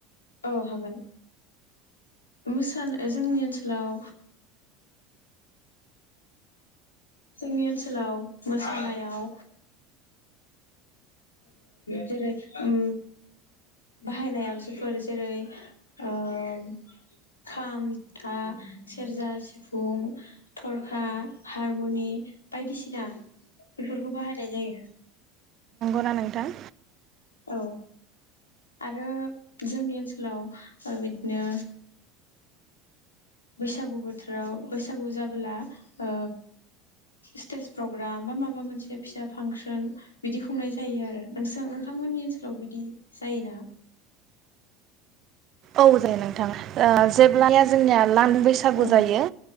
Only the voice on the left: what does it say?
औ हागोन मोसानो जोंनि ओलाव जोंनि ओनसोलाव मोसानायाव जेरै उम बाहायनाय आगजुफोर। जेरै ओम खाम जथा सेरजा सिफुं थरखा हारमुनि बायदिसिना बेफोरखौ बाहायनाय जायो।
औ आरो जोंनि ओनसोलाव ओ बिदिनो। बैसागु बोथोराव बैसागु जाबोला ओ स्टेज प्रग्राम बा माबा मोनसे फिसा फांसन बिदि खुंनाय जायो आरो नोंस नोंथांमोननि ओनसोलाव बिदि जायोना?
औ